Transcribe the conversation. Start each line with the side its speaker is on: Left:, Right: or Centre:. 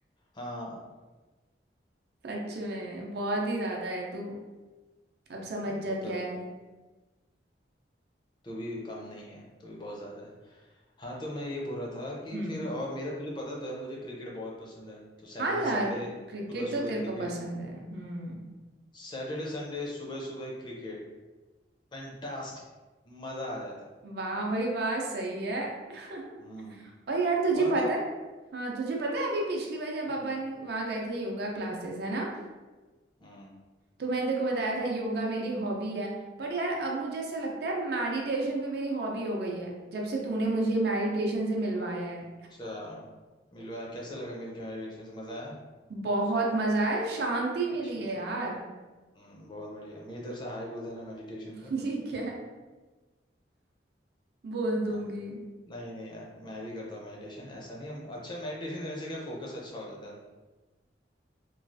Left: हाँ
Right: सच में बहुत ही ज्यादा है तू अब समझ
Left: नहीं
Right: जा
Left: वो तो
Right: क्या
Left: है
Right: है
Left: तू भी कम नहीं है तू भी बहुत ज्यादा है हाँ तो मैं ये बोल रहा था कि
Right: हम्म
Left: फिर और मेरा तुझे पता तो है मुझे क्रिकेट बहुत पसंद है तो सैटरडे
Right: हाँ यार
Left: संडे
Right: क्रिकेट
Left: सुबह
Right: तो
Left: सुबह
Right: तेरे को
Left: क्रिकेट
Right: पसंद है हम्म
Left: सैटरडे संडे सुबह सुबह क्रिकेट फैंटास्टिक मजा आ जाता है
Right: वाह भाई वाह सही है <laughs>
Left: हम्म
Right: और यार तुझे
Left: और
Right: पता
Left: बत
Right: है हाँ तुझे पता है अभी पिछली बार जब
Left: हम्म
Right: अपन वहाँ गए थे योगा क्लासेस है ना
Left: हम्म,
Right: तो मैंने तेको बताया था योगा मेरी हॉबी है पर यार अब मुझे ऐसा लगता है मेडिटेशन भी मेरी हॉबी हो गई है जब से तूने मुझे मेडिटेशन से मिलवाया है
Left: अच्छा मिलवा कैसा लगा मिलके मेडिटेशन से मजा आया
Right: बहुत मजा आया शांति
Left: अच्छा
Right: मिली है यार
Left: हम्म बहुत बढ़िया मेरी तरफ से हाई बोल देना मेडिटेशन
Right: <laughs>
Left: को
Right: ठीक है बोल दूंगी
Left: हाँ नहीं नहीं यार मैं भी करता हूँ मेडिटेशन ऐसा नहीं हम अच्छा मेडिटेशन करने से क्या फोकस अच्छा हो जाता है ना